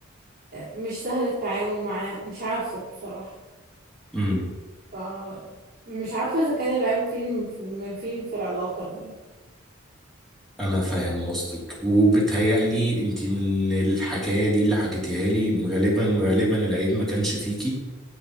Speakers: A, on the right; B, in the centre.
A: مش سهل التعامل معاه مش عارفة بصراحة
B: امم
A: ف مش عارفة اذا كان العيب فين من فين في العلاقة دي
B: انا فاهم قصدك وبتهيألي انت من الحكايه دي اللي حكيتيها لي غالبا غالبا العيب ما كانش فيكي